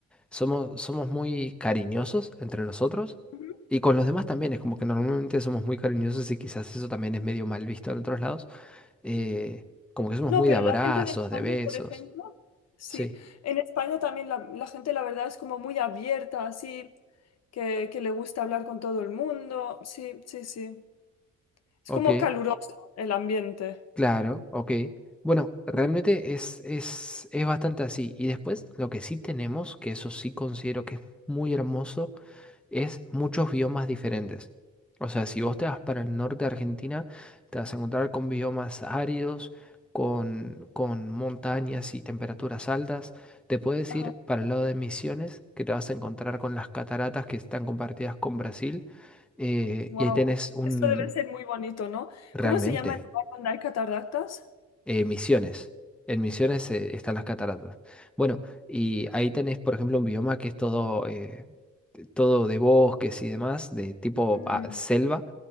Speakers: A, in the centre; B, on the left.
A: somos, somos muy cariñosos entre nosotros.
B: Ujú.
A: Y con los demás también, es como que normalmente somos muy cariñosos y quizás eso también es medio mal visto en otros lados. eh, como que somos
B: No,
A: muy
B: pero
A: de abrazos,
B: la gente de España,
A: de besos.
B: por ejemplo, sí,
A: Sí.
B: en España también la, la gente, la verdad, es como muy abierta, así, que, que le gusta hablar con todo el mundo. Sí, sí, sí. Es
A: Ok,
B: como caluroso el ambiente.
A: claro, ok. Bueno, realmente
B: Ujú.
A: es, es, es bastante así. Y después, lo que sí tenemos, que eso sí considero que es muy hermoso, es muchos biomas diferentes. O sea, si vos te vas para el norte de Argentina, te vas a encontrar con biomas áridos, con, con montañas y temperaturas altas. Te puedes
B: Ajá.
A: ir para el lado de Misiones, que te vas a encontrar con las cataratas que están compartidas con Brasil. eh,
B: Wow.
A: y ahí tenés un...
B: Esto debe ser muy bonito, ¿no?
A: Realmente.
B: ¿Cómo se llama el lugar donde hay cataratas?
A: eh, Misiones. En Misiones eh, están las cataratas. Bueno, y ahí tenés, por ejemplo, un bioma que es todo, eh, todo de bosques y demás, de tipo
B: Ah,
A: ah, selva.